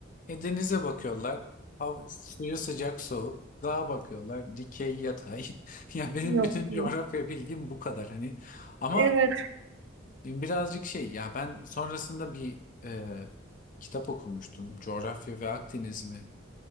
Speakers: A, on the left (about 40°); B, on the right (about 65°).
A: E, denize bakıyorlar. Hava, suyu sıcak soğuk. Dağa bakıyorlar. Dikey yatay. <laughs> Ya benim
B: Yok.
A: bütün
B: yok.
A: coğrafya bilgim bu kadar hani. Ama
B: Evet.
A: birazcık şey ya ben sonrasında bir e, kitap okumuştum. Coğrafya ve Akdeniz mi?